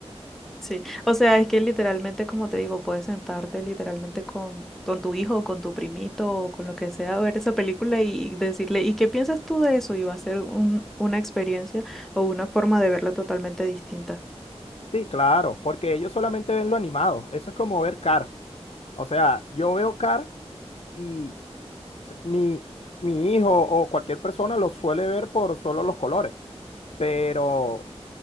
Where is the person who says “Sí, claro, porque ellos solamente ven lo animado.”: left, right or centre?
Left